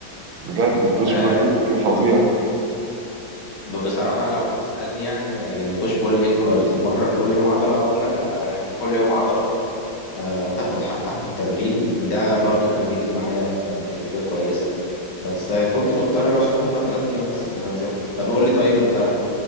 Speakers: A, on the right; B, on the left.
A: بجد البوش
B: آه،
A: بول ليج فظيع
B: ب- بصراحة لو هتسألني يعني ت- يعني بوش بول ليج ولا تتمرن كل يوم عضلة هقول لك لا يعني كل يوم عضلة آه تاخد حقها في التمرين ده برضو كان بيجيب معايا ب- بنتيجة كويسة بس آه، كنت مضطر بقى عشان هما تلات أيام بس اللي بنزلهم طب قول لي طيب أنت